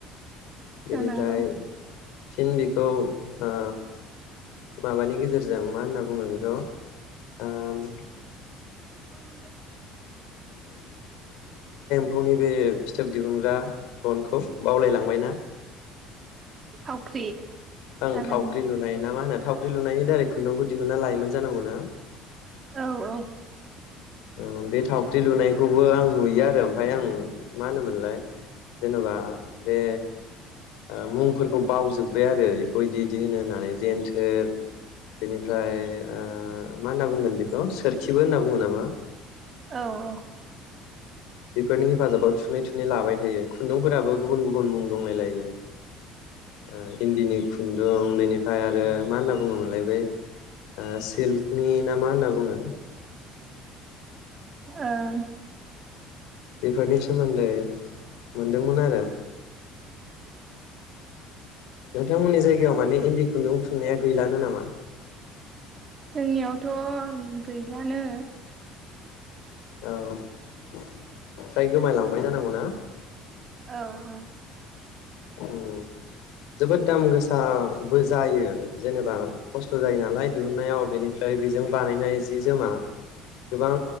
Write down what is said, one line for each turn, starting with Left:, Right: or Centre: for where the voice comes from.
Left: बेनिफ्राय
Right: जानांगौ
Left: फिन बेखौ ओ माबानि गेजेरजों मा होनना बुङो बेखौ ओम
Right: <inaudible>
Left: फौनि बे फिथोब दिहुनग्रा गनखौ बावलायलांबायना।
Right: थावख्रि
Left: ओं
Right: जागोन
Left: थावख्रि लुनाय ना मा होनो थावख्रि लुनायनि दारै खुन्दुंखौ दिहुनना लायोमोन। जानांगौना?
Right: औ औ।
Left: ओ बे थावख्रि लुनायखौबो आं नुयो आरो। ओमफ्राय आं मा होनोमोनलाय जेनबा बे ओ मुंफोरखौ बावजोब्बाय आरो। बेखौ इदि इदि होनो होननानै जेन्थोर बेनिफ्राय ओ मा होन्ना बुंगोन बेखौ सोरखिबो होनना बुङो नामा?
Right: औ औ।
Left: बेफोरनि हेफाजाबाव थुनै थुनै लाबाय थायो खुन्दुं फोराबो गुबुन गुबुन मुं दंलायलायो। ओ इन्दिनि खुन्दुं बेनि फाय आरो मा होनना बुङोमोनलाय बे ओ सिल्कनि नाम मा होनना बुङो?
Right: ओं।
Left: बेफोरनि सोमोन्दै मोनदोंमोन आरो। नोंथांमोननि जायगायाव
Right: औ
Left: माने इन्दि खुन्दुं थु नाया गैलानो नामा?
Right: जोंनियावथ' गैलानो
Left: औ फ्राय गोमाय लांबाय जानांगौ ना?
Right: औ औ।
Left: उम जोबोद दाम गोसाबो जायो जेनेबा खस्थ' जायो नालाय दिहुनायाव बेनिफ्राय बेजों बानायनाय जि जोमा गोबां